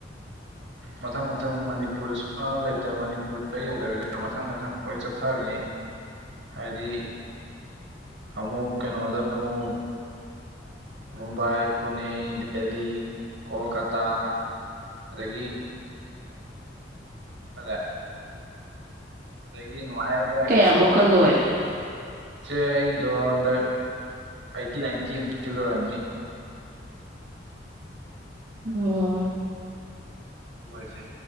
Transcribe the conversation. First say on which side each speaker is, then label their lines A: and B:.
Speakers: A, on the right; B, on the right.
A: ꯃꯊꯪ ꯃꯊꯪ ꯃꯅꯤꯄꯨꯔꯗꯁꯨ ꯂꯩꯇ ꯃꯅꯤꯄꯨꯔꯗ ꯌꯧꯗꯕꯤꯗ ꯃꯊꯪ ꯃꯊꯪ ꯂꯣꯏ ꯆꯠꯊꯕꯤꯅꯤ ꯍꯥꯏꯗꯤ ꯑꯃꯨꯛ ꯀꯩꯅꯣꯗ ꯑꯃꯨꯛ ꯃꯨꯝꯕꯥꯏ ꯄꯨꯅꯦ ꯗꯦꯜꯂꯤ ꯀꯣꯜꯀꯇꯥ ꯑꯗꯒꯤ ꯐꯔꯦ ꯑꯗꯒꯤ ꯅꯨꯡꯉꯥꯏꯈ꯭ꯔꯦ
B: ꯑꯃꯨꯛꯀ ꯂꯣꯏꯔꯦ
A: ꯆꯦ ꯑꯩꯒꯤꯗꯣ ꯍꯟꯗꯛ ꯑꯩꯠꯇꯤ ꯅꯥꯏꯟꯇꯤꯃꯨꯛꯀꯤꯗꯤ ꯂꯣꯏꯔꯝꯅꯤ
B: ꯎꯝ
A: ꯂꯣ ꯏꯆꯦ